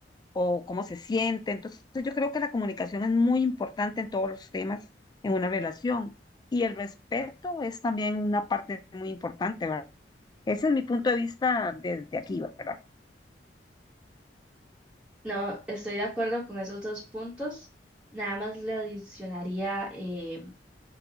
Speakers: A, on the left; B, in the centre.
A: o cómo se siente. Entonces yo creo que la comunicación es muy importante en todos los temas en una relación y el respeto es también una parte muy importante, ¿verdad? Ese es mi punto de vista desde aquí, ¿verdad?
B: No, estoy de acuerdo con esos dos puntos. Nada más le adicionaría eh,